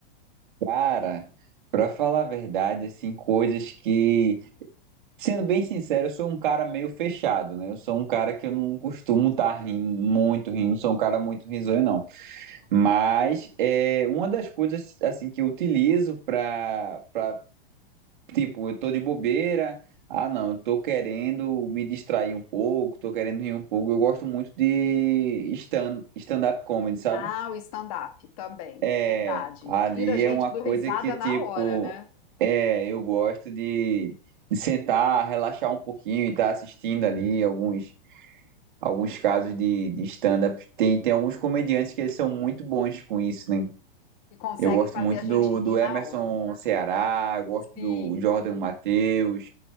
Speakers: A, on the right (about 60°); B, on the left (about 40°).
A: cara, pra falar a verdade, assim, coisas que. Sendo bem sincero, eu sou um cara meio fechado, né? Eu sou um cara que eu não costumo estar rindo, muito rindo, não sou um cara muito risonho, não. Mas é uma das coisas assim que eu utilizo para para tipo, eu tô de bobeira, ah não, eu tô querendo me distrair um pouco, tô querendo rir um pouco. Eu gosto muito de stand stand-up comedy, sabe?
B: Ah, o stand-up também,
A: É,
B: verdade.
A: ali
B: Tira a gente
A: é uma
B: do
A: coisa
B: risada
A: que tipo,
B: na hora, né?
A: é, eu gosto de, de sentar, relaxar um pouquinho e estar assistindo ali alguns alguns casos de, de stand-up. Tem tem alguns comediantes que eles são muito bons com isso, né?
B: que consegue
A: Eu gosto
B: fazer
A: muito
B: a gente
A: do,
B: rir
A: do Emerson
B: na hora.
A: Ceará, gosto
B: Sim,
A: do Jordan Matheus,